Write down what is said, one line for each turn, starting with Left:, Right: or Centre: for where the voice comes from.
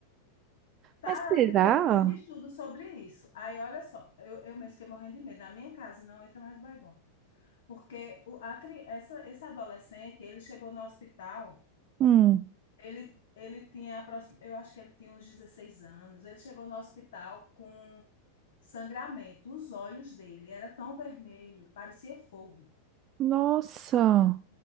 Left: tá
Right: Mas será?
Left: ainda tendo muito estudo sobre isso. Aí olha só, eu, eu mesmo fiquei morrendo de medo. Na minha casa não entra mais Baygon, porque o a, cri- essa esse adolescente, ele chegou no hospital
Right: Hum,
Left: Ele, ele tinha, aproxim- eu acho que ele tinha uns 16 anos. Ele chegou no hospital com sangramento. Os olhos dele era tão vermelho, parecia fogo.
Right: nossa.